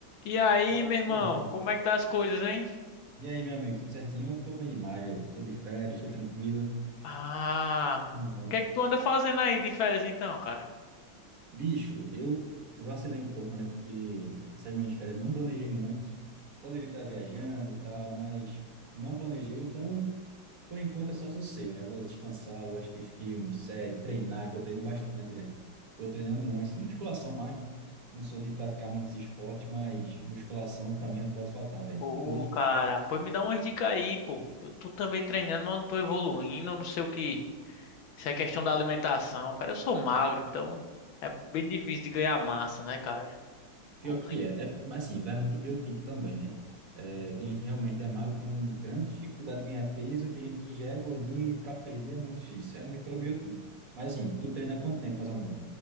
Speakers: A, on the left; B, on the right.
A: E aí,
B: Fala,
A: meu irmão,
B: pô.
A: como é que tá as coisas, hein?
B: E aí, meu amigo, tudo certinho? Eu tô bem demais, velho. Tô de férias, tô tranquilo.
A: Ah,
B: Vamos embora.
A: o que é que tu anda fazendo aí de férias então, cara?
B: Bicho, eu vacilei um pouco, né? Porque essas minhas férias não planejei muito. Poderia estar viajando e tal, mas não planejei. Então, por enquanto é só sossego, né? Vou descansar, vou assistir filme, série, treinar, que eu treino bastante, velho. Tô treinando muito. Musculação mais, né? Não sou de praticar muitos esportes, mas musculação pra mim não pode faltar, velho.
A: Pô,
B: Todo
A: cara,
B: dia.
A: pô, me dá umas dicas aí, pô. Eu tô também treinando, mas não tô evoluindo, eu não sei o que. Isso é questão da alimentação, cara. Eu sou magro, então é bem difícil de ganhar massa, né, cara?
B: Pior
A: Complicado.
B: que é, né? Mas assim, vai muito em biotipo também, né? É, tem gente que realmente é magro, tem uma grande dificuldade de ganhar peso, e tem gente que já é gordinho e para perder é muito difícil, é muito pelo biotipo. Mas assim, tu treina há quanto tempo mais ou menos?